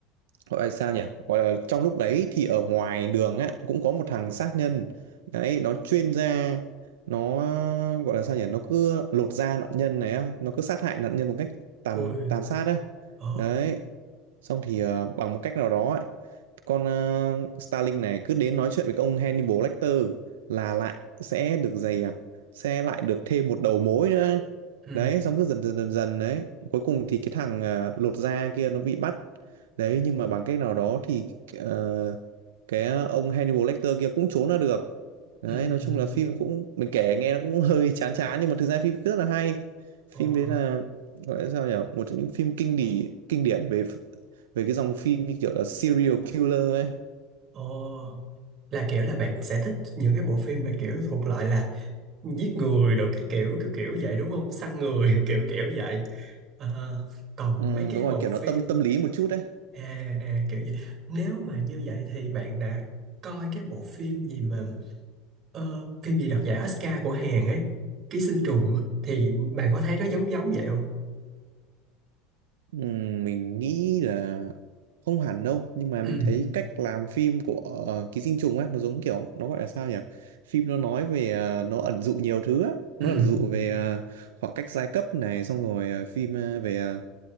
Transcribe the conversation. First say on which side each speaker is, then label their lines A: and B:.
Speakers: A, on the right (about 85°); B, on the right (about 45°).
A: gọi là sao nhỉ gọi là trong lúc đấy thì ở ngoài đường á cũng có một thằng sát nhân đấy nó chuyên ra nó gọi là sao nhỉ nó cứ lột da nạn nhân này á nó cứ sát hại nạn nhân một cách tàn
B: ôi
A: tàn sát á
B: ờ
A: đấy xong thì ờ, bằng một cách nào đó á, con ờ, Starling này cứ đến nói chuyện với ông Hannibal Lecter là lại sẽ được giày à sẽ lại được thêm một đầu mối nữa
B: ừ
A: đấy xong cứ dần dần dần dần đấy cuối cùng thì cái thằng ờ, lột da kia nó bị bắt Đấy nhưng mà bằng cách nào đó thì ờ, cái ờ, ông Hannibal Lecter kia cũng trốn ra được. Đấy
B: ừ
A: nói chung là phim cũng mình kể nghe nó cũng <laughs> hơi chán chán nhưng mà thực ra phim rất là hay.
B: ờ
A: Phim đấy là gọi là sao nhỉ? Một trong những phim kinh điển kinh điển về về cái dòng phim như kiểu là serial killer ấy.
B: Ồ, là kiểu là bạn sẽ thích những cái bộ phim mà kiểu thuộc loại là giết người đồ cái kiểu kiểu kiểu vậy đúng không? Săn người <laughs> kiểu kiểu vậy. Ờ, còn
A: Ừ,
B: mấy cái
A: đúng
B: bộ
A: rồi kiểu nó
B: phim
A: tâm tâm lý một chút đấy.
B: à, à, kiểu vậy. Nếu mà như vậy thì bạn đã coi cái bộ phim gì mà ờ, phim gì đoạt giải Oscar của Hàn ấy, Ký sinh trùng á, thì bạn có thấy nó giống giống vậy không?
A: Ừm, mình nghĩ là không hẳn đâu nhưng mà
B: Ừ,
A: mình thấy cách làm phim của ờ, Ký Sinh Trùng á nó giống kiểu nó gọi là sao nhỉ phim nó nói về ờ, nó ẩn dụ nhiều thứ á
B: ừ,
A: nó ẩn dụ về ờ, khoảng cách giai cấp này xong rồi ờ, phim ờ, về ờ,